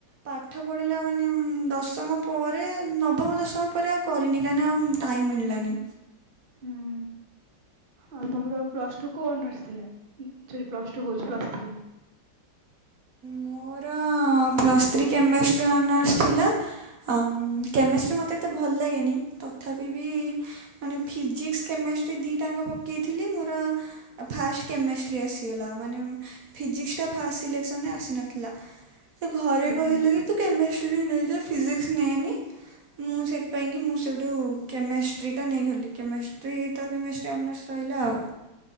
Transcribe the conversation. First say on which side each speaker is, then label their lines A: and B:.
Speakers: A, on the right; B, on the right.
A: ପାଠ ପଢ଼ିଲା ମାନେ ଉଂ ଦଶମ ପରେ ନବମ ଦଶମ ପରେ ଆଉ କରିନି କାହିଁନା ଟାଇମ୍ ମିଳିଲାନି।
B: ହୁଁ ଆଉ ତୁମର ପ୍ଲସ୍ ଟୁ କଉ ଅନର୍ସ ଥିଲା <unintelligible> ପ୍ଲସ୍ ଟୁ କହୁଛି ପ୍ଲସ୍ ଥ୍ରୀ?
A: ମୋର ପ୍ଲସ୍ ଥ୍ରୀ କେମେଷ୍ଟ୍ରି ଅନର୍ସ ଥିଲା। ଆମ୍ କେମେଷ୍ଟ୍ରି ମତେ ଏତେ ଭଲ ଲାଗେନି ତଥାପି ବି ମାନେ ଫିଜିକ୍ସ କେମେଷ୍ଟ୍ରି ଦିଟାଙ୍କ ପକେଇଥିଲି ମୋର ଫାଷ୍ଟ କେମେଷ୍ଟ୍ରି ଆସିଗଲା ମାନେ ଫିଜିକ୍ସଟା ଫାଷ୍ଟ ସିଲେକ୍ସନେ ଆସିନଥିଲା। ସେ ଘରେ
B: ହୁଁ
A: କହିଲେ କି ତୁ କେମିଷ୍ଟ୍ରି ନେଇଯା ଫିଜିକ୍ସ ନେଏନି। ମୁଁ ସେଥିପାଇଁ କିି ମୁଁ ସେଇଠୁ କେମେଷ୍ଟ୍ରି ଟା ନେଇଗଲି କେମେଷ୍ଟ୍ରି ତ କେମିଷ୍ଟ୍ରି ଅନର୍ସ ରହିଲା ଆଉ।